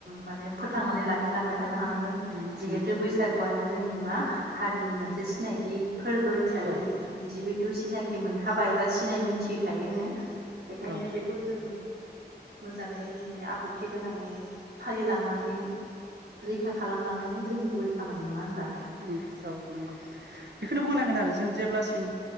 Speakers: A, on the right; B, on the right.
A: माने फोथांनानै लाखिलांबाय थानो हानांगोन
B: उम
A: जिहेथु
B: उम
A: बैसागुआनो जोंनि मा हारिनि मोनसे सिनायथि। <unintelligible> फोरबो हिसाबै
B: औ
A: जिहु थु सिनाखि मोनखाबाय एबा सिनाय मिथिखायोनो। बेखायनो
B: औ
A: बेखौ जों मोजाङै माने आब्रुथि गोनाङै फालिलांनानै रैखा खालामलांनायानो जोंनि गुबै खामानि नङा होनबा?
B: उम औ नंगौ बेखौनो बुंनांगोन आरो जों जेब्लासिम